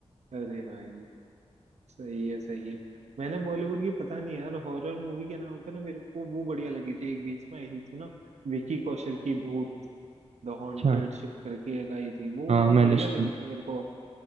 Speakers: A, on the right (about 85°); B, on the right (about 65°).
A: अरे भाई सही है सही है मैंने बॉलीवुड की पता नहीं यार हॉरर मूवी के नाम पे ना मेरे को वो बढ़िया लगी थी एक बीच में आई थी ना विकी कौशल की भूत द हॉन्टेड
B: अच्छा
A: शिप करके एक आई थी वो
B: हाँ
A: वो
B: मैंने
A: बढ़िया
B: सुन
A: लगी थी मेरे को